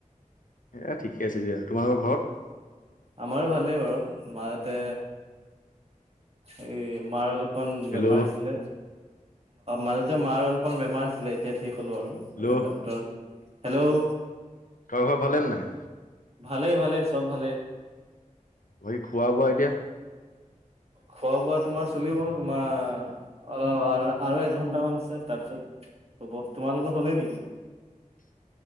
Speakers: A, on the left (about 80°); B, on the right (about 50°).
A: এ ঠিকে আছে দিয়া তোমাৰোকৰ ঘৰত
B: আমাৰো ভালেই বাৰু মাহঁতে। এই মাৰ অলপমান
A: হেল্ল'
B: বেমাৰ হৈছিলে। মাজতে মাৰ অলপমান বেমাৰ আছিলে এতিয়া ঠিক হলো আৰু
A: হেল্ল'
B: ডক্টৰ হেল্ল'।
A: তোৰ <unintelligible> ঘৰ ভালে নাই
B: ভালে ভালে চব ভালে।
A: ঘৰি খোৱা বোৱা এতিয়া। <inaudible>
B: খোৱা বোৱা তোমাৰ চলিব তোমাৰ অল আৰু এক ঘন্টামান আছে তাৰপিছত হ'ব তোমালোকৰ হ'লেই নেকি।
A: <unintelligible>